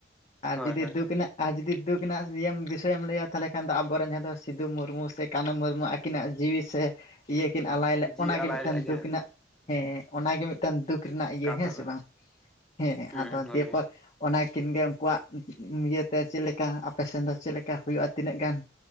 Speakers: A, on the left (about 35°); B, in the centre.
A: ᱟᱨ
B: ᱦᱳᱭ
A: ᱡᱩᱫᱤ
B: ᱦᱳᱭ
A: ᱫᱩᱠᱷ
B: ᱦᱳᱭ
A: ᱨᱮᱱᱟᱜ ᱟᱨ ᱡᱩᱫᱤ ᱫᱩᱠᱷ ᱨᱮᱱᱟᱜ ᱤᱭᱟᱹ ᱫᱤᱥᱟᱹᱭᱮᱢ ᱞᱟᱹᱭᱟ ᱛᱟᱦᱚᱞᱮ ᱠᱷᱟᱱ ᱫᱚ ᱟᱵᱚᱨᱮᱱ ᱡᱟᱦᱟᱸ ᱫᱚ ᱥᱤᱫᱷᱩ ᱢᱩᱨᱢᱩ ᱥᱮ ᱠᱟᱹᱱᱦᱩ ᱢᱩᱨᱢᱩ ᱟᱹᱠᱤᱱᱟᱜ ᱡᱤᱣᱤ ᱥᱮ ᱤᱭᱟᱹ ᱠᱤᱱ ᱟᱞᱟᱭ ᱞᱮᱫ
B: ᱡᱤᱣᱤ
A: ᱚᱱᱟᱜᱮ
B: ᱟᱞᱟᱭ
A: ᱢᱤᱫᱴᱟᱝ
B: ᱞᱮᱜᱼᱟ ᱠᱤᱱ
A: ᱫᱩᱠᱷ
B: ᱟᱨᱠᱤ
A: ᱨᱮᱱᱟᱜ ᱦᱮᱸ ᱚᱱᱟᱜᱮ ᱢᱤᱫᱴᱟᱝ ᱫᱩᱠᱷ ᱨᱮᱱᱟᱜ ᱤᱭᱟᱹ
B: ᱠᱟᱛᱷᱟ
A: ᱦᱮᱸ ᱥᱮ
B: ᱫᱚ
A: ᱵᱟᱝ ᱦᱮᱸ
B: ᱦᱩᱸ
A: ᱟᱫᱚ ᱫᱤᱭᱮᱯᱚᱨ
B: ᱦᱳᱭ ᱦᱳᱭ
A: ᱚᱱᱟᱠᱤᱱ ᱜᱮ ᱩᱱᱠᱩᱣᱟᱜ ᱤᱭᱟᱹᱛᱮ ᱪᱮᱫ ᱞᱮᱠᱟ ᱟᱯᱮᱥᱮᱱ ᱫᱚ ᱪᱮᱫ ᱞᱮᱠᱟ ᱦᱩᱭᱩᱜᱼᱟ ᱛᱤᱱᱟᱹᱜ ᱜᱟᱱ